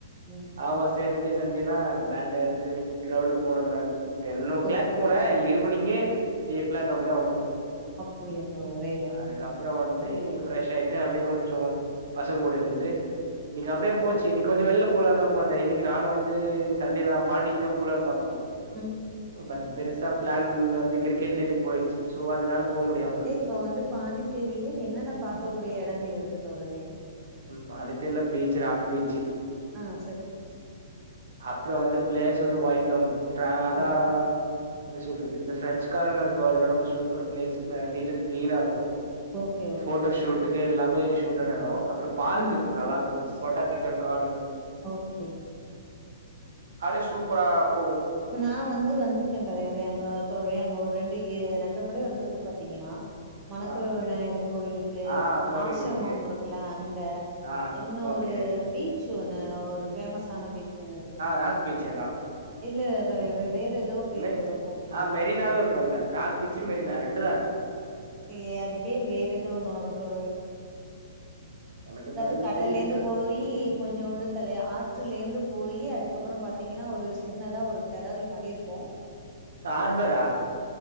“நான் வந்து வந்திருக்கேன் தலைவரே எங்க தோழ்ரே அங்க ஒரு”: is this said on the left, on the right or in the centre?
Right